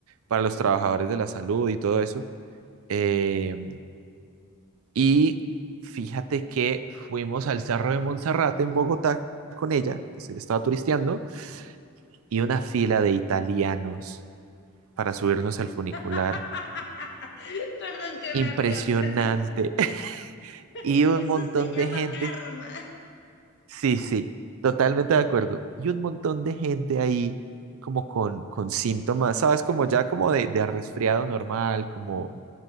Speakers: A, on the right (about 65°); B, on the left (about 50°).
A: para los trabajadores de la salud y todo eso. Eh, y fíjate que fuimos al Cerro de Monserrate en Bogotá con ella, pues ella estaba turisteando, y una fila de italianos para subirnos al funicular.
B: <laughs> Perdón que me
A: Impresionante.
B: río, pero
A: <laughs>
B: <laughs>
A: Y un
B: eso
A: montón
B: se llama
A: de gente,
B: karma.
A: sí, sí, totalmente de acuerdo. Y un montón de gente ahí como con, con síntomas, ¿sabes? Como ya como de, de resfriado normal, como,